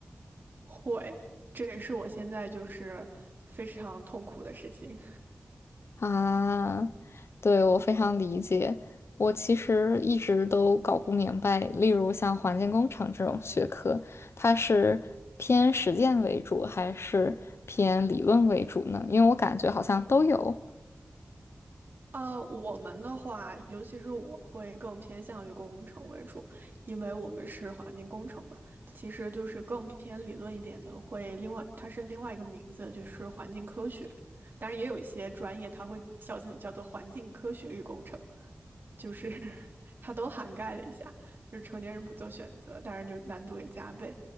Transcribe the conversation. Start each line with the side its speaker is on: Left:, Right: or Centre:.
Right: 会，这也是我现在就是非常痛苦的事情。
Left: 啊。对，我非常理解。我其实一直都搞不明白，例如像环境工程这种学科，它是偏实践为主还是偏理论为主呢？因为我感觉好像都有。
Right: 呃，我们的话，尤其是我会更偏向于工程为主，因为我们是环境工程嘛，其实就是更偏理论一点的，会另外它是另外一个名字，就是环境科学。当然，也有一些专业它会叫自己叫做环境科学与工程，就是 <laughs> 它都涵盖了一下，就是成年人不做选择，当然就难度也加倍。